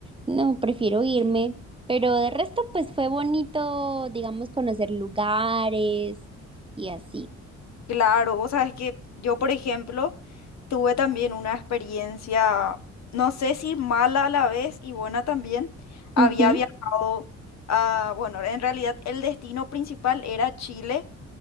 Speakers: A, on the right; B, on the left.
A: no, prefiero irme. Pero de resto, pues fue bonito, digamos, conocer lugares y así.
B: Claro, vos sabes que yo, por ejemplo, tuve también una experiencia, no sé si mala a la vez y buena también. Había
A: Ujú,
B: viajado a, bueno, en realidad el destino principal era Chile